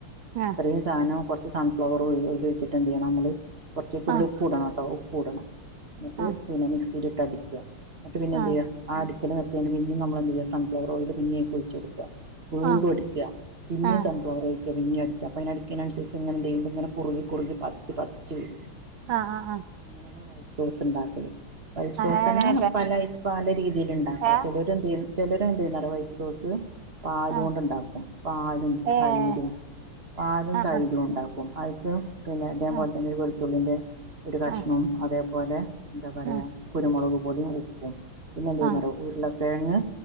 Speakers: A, on the right; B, on the right.
A: ആഹ്
B: ഇത്രയും സാധനം കൊർച്ച് സൺഫ്ലവർ ഓയില് ഒഴിച്ചിട്ട് എന്ത് ചെയ്യണം നമ്മള് കൊർച്ച് തുള്ളി
A: ആഹ് ആഹ് ആഹ് ആഹ് ആഹ്
B: ഉപ്പ് ഇടണം കേട്ടോ ഉപ്പ് ഇടണം ന്നട്ട്
A: ആഹ് ആഹ്
B: പിന്നെ മിക്സിയിലിട്ട് അടിക്ക ന്നട്ട് പിന്നെ എന്ത്
A: ആഹ്
B: ചെയ്യ ആ അടിക്കല് നിർത്തിയാണ്ട് പിന്നിം നമ്മള് എന്ത് ചെയ്യ സൺഫ്ലവർ ഓയില് പിന്നിം അഴിക്ക് ഒഴിച്ച് കൊടുക്ക വീണ്ടും
A: ആഹ്
B: അടിക്ക പിന്നിം
A: ആഹ്
B: സൺഫ്ലവർ ഓയിൽ പിന്നിം അടിക്ക അപ്പ അഴിന് അടിക്ക്‌നൻസര്ച്ച് ങ്ങനെന്തയ്യും ഇതിങ്ങനെ കുറുകി കുറുകി പത്ച്ച് പത്ച്ച് വരും
A: ആഹ് ആഹ് ആഹ്
B: അങ്ങനെയാണ് വൈറ്റ് സോസ് ഉണ്ടാക്കല് വൈറ്റ്
A: അങ്ങനെയാണല്ലേ
B: സോസന്ന പല പല രീതിഴിൽ ഇണ്ടാക്ക
A: ഏഹ്
B: ലര് എന്ത് ചെയ്യും ചെലര് എന്ത് ചെയ്യുന്നറിയോ വൈറ്റ് സോസ് പാല്കൊണ്ട
A: ആഹ്
B: ഉണ്ടാക്കും പാലും
A: ഏഹ്
B: തൈരും പാലും
A: ആഹ്
B: തൈരും ഉണ്ടാക്കും അയ്ക്ക് പിന്നെ ഇതേപോലെ
A: ആഹ്
B: തന്നെ ഒരു വെളുത്തുള്ളിന്റെ ഒരു കഷ്ണവും
A: ആഹ്
B: അതേപോലെ എന്താ പറയ
A: ആഹ്
B: കുരുമുളക് പൊടിയും ഉപ്പും പിന്നെ എന്ത ചെയ്യുന്ന
A: ആഹ്
B: ഉരുളക്കിഴങ്ങ്